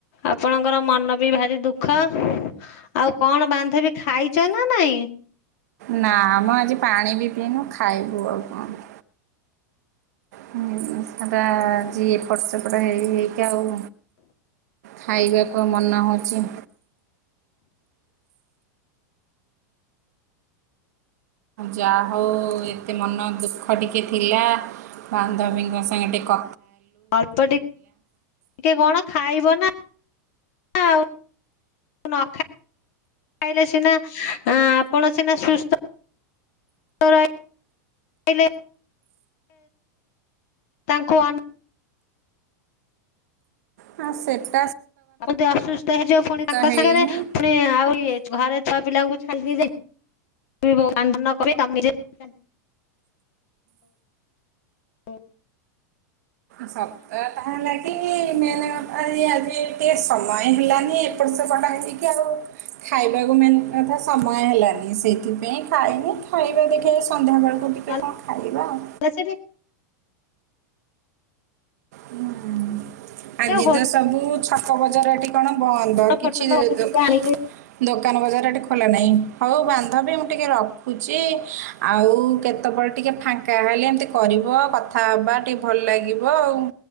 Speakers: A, on the left (about 50°); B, on the right (about 60°).
A: ଆପଣଙ୍କର ମନ ବି ଭାରି ଦୁଃଖ। ଆଉ କଣ ବାନ୍ଧବୀ ଖାଇଚ ନା ନାଇଁ?
B: ନା ମ ଆଜି ପାଣି ବି ପିଇନୁ। ଖାଇବୁ ଆଉ କଣ? ହୁଁ ସେଟା ଆଜି ଏପଟ ସେପଟ ହେଇ ହେଇକା ଆଉ। ଖାଇବାକୁ ଆଉ ମନ ହେଉଛି? ଯା ହଉ। ଏତେ ମନ ଦୁଃଖ ଟିକେ ଥିଲା। ବାନ୍ଧବୀଙ୍କ ସାଙ୍ଗେ ଟିକେ କ
A: ଅଳ୍ପ ଟିକେ କଣ ଖାଇବ ନା ଆଉ। ନ ଖା ଇଲେ ସିନା ଆପଣ ସିନା ସୁସ୍ଥ ରହିଲେ ତାଙ୍କୁ ଅନେଇବ।
B: ହଁ ସେତ୍
A: ଆ ବୋଧେ ଅସୁସ୍ଥ ହେଇଯିବ ପୁଣି ତାଙ୍କ
B: ହେଇନି।
A: ସାଙ୍ଗରେ ପୁଣି ଆଉ ଇଏ ଘରେ ଛୁଆ ପିଲାଙ୍କୁ ଛାଇକି। କ କ ନିଜେ <unintelligible> ହୁଁ
B: ସପ୍ତ ତା ଲାଗି ମେ ଆଜି କେ ସମୟ ହେଲାନି ଏପଟ୍ ସେପଟ୍ ହେଇକି ଆଉ ଖାଇବାକୁ ମେନ୍ କଥା ସମୟ ହେଲାନି ସେଇଥିପାଇଁ ଖାଇନି ଖାଇବା ଦେଖିବା ସନ୍ଧ୍ୟା ବେଳକୁ ଟିକେ
A: ନହେଲେ
B: କଣ ଖାଇବା ଆଉ
A: ସେଠି
B: ହୁଁ ଆଜି
A: ହୋଟେଲ
B: ତ ସବୁ ଛକ ବଜାର ଏଠି କଣ ବନ୍ଦ
A: ଫୋଟେଲ
B: କିଛି ଦୋକା
A: ଅଛି ଟିକେ ଆଣିକି
B: ଦୋକାନ ବଜାର ଏଟି ଖୋଲା ନାହିଁ ହଉ ବାନ୍ଧବୀ ମୁଁ ଟିକେ ରଖୁଛି ଆଉ କେତେବେଳେ ଟିକେ ଟିକେ ଫାଙ୍କା ହେଲେ ଏମିତି କରିବ କଥା ହେବା ଟିକେ ଭଲ ଲାଗିବ ଆଉ